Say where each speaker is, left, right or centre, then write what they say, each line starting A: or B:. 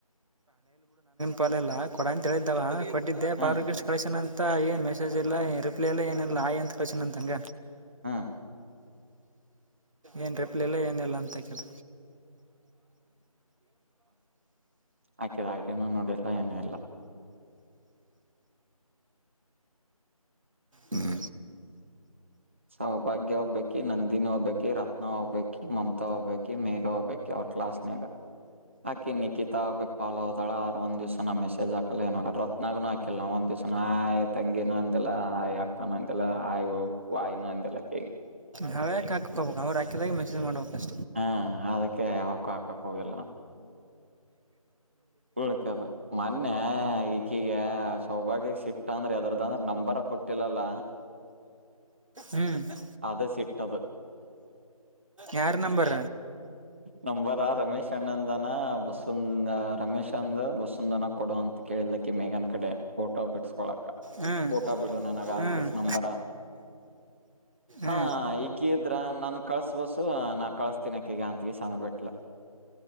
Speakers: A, on the right (about 60°); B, on the right (about 20°).
A: ಪಾಲೆಲ್ಲ ಕೊಡ ಅಂತ ಹೇಳಿದ್ದವ ಕೊಟ್ಟಿದ್ದೆ
B: ಹಾ
A: ಬಾಳಷ್ಟು ಕಳನ್ ಅಂತ ಮತ್ತ ಏನ್ ಮೆಸೇಜ್ ಇಲ್ಲ ಏನ್ ರಿಪ್ಲೈ ಎಲ್ಲ ಏನಿಲ್ಲ ಆಯಿ ಅಂತ ಕಚಿನಂತಂಗ‌.
B: ಹಾ
A: ಏನು ರಿಪ್ಲ ಇಲ್ಲ ಏನಲ್ಲ ಅಂತಕಿದ.
B: ಆಕದ ಆಟ ನೋಡಿಲ್ಲ ಏನ ಎಲ್ಲ. <inaudible>
A: ಹ್ಮ
B: ಸೌಭಾಗ್ಯ ಹಬ್ಬಿ ನಂದಿನಿ ಹೋಗ್ಬಬೇಕಿ ರತ ರತ್ನಾ ಹೋಗ್ಬಿ ಮಮತಾ ಒಗ್ಬಬೇಕಿ ಮೇಘ ಒಗ್ಬಬೇಕಿ ಅವ್ರ ಕ್ಲಾಸ್ ಮೇಾಗ. ಹಾಕಿ ನಿಕಿತಾಬೇಕಕ್ ಪಾ ಹೋದಾಳರ್ಂದ ದಿವ್ಸ ನ ಮೆಸೇಜ್ ಹಾಕಲ್ಲ ಏನ ರತ್ನಾಗು ಹಾಕಿಲ್ಲ ಒಂದ ದಿವ್ಸ. ಆಯ್ ತಂಗಿನ ಅಂದಿಲ್ಲ ಆಯ ಅಕ್ಕನು ಅಂದಿಲ್ಲ ಆಯ್ ವಾಯಿನ ಅಂದಿಲ್ಲ ಕ,
A: ಹ -ಯಕಾಕ್ಕೋಬೇಕು ಅವ್ರುಾಕಿದಾಗ ಮೆಸಜ್ ಮಾಡಬೇಕಷ್ಟೆ.
B: ಹಾ- ಅದಕ್ಕೆ ಅವಾವಕ ಹಾಕಕ್ ಹೋಗಿಲ್ಲ. ಉಳ್ಕದು ಮೊನ್ನೆ ಈಕೀಗ ಸೌಭಾಗ್ಯ ಸಿಟ್ಟ ಅಂದ್ರೆ ಎದರದ್ದ ಅಂದ್ರೆ ನಂಬರ್. ಕೊಟ್ಟಿಲ್ಲಲ್ಲ
A: ಹ್ಞೂ
B: ಅದ ಸಿಟ್ಟದು.
A: ಯಾರ ನಂಬರ
B: ನಂಬಾರ ರಮೇಶ್ ಅಣ್ಣಂದಾನ ಬಸವಂ ರಮೇಶ್, ಚಂದ ಬಸಂದನ ಕೊಡ ಅಂತ ಕೇಳಲಕ್ಕಿ ಮೇಘನ್ ಕಡೆ ಫೋಟೋ ಬಿಡ್ಸ್ಕೊಳಕ್ಕ.
A: ಹ್ಞೂ
B: ಫೋಟೋ ಬಿಡು ನನಗ
A: ಹ್ಞೂ
B: ಅಂತಷ್ಟ ನಂಬರ ಹ
A: ಹ್ಞೂ
B: ಈಕಿದ್ರ. ನನ್ ಕಳ್ಸ ಬಸು ನಾ ಕಳ್ಸ. ಗ -ಅಂತಸ ಬಿಟ್ಲ